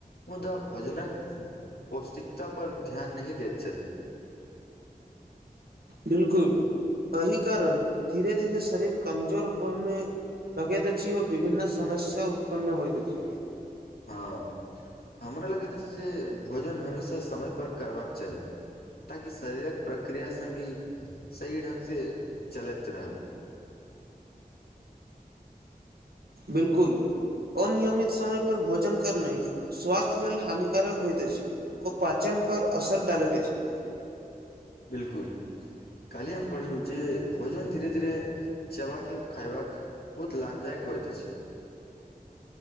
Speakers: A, on the left; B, on the right.
A: मुदा भोजनक पौष्टिकता पर ध्यान नहि दैत छथिन
B: बिल्कुल एहि कारण धीरे धीरे शरीर कमजोर होइमे लगेत अछि ओ विभन्न समस्या उत्पन्न होइत अछि
A: हँ हमरा लगैत अछि जे भोजन हमेशा समयपर करबाक चाही ताकि शरीरक प्रक्रिया संगी सही ढंग से चलैत रहल
B: बिल्कुल अनियमित समय पर भोजन करनाइ स्वास्थ्य लेल हानिकारक होइत अछि। ओ पाचन पर असर डालैत अछि।
A: बिल्कुल। काल्हि हम पढ़लु जे भोजन धीरे धीरे चबाक के खायबाक बहुत लाभदायक होइत अछि।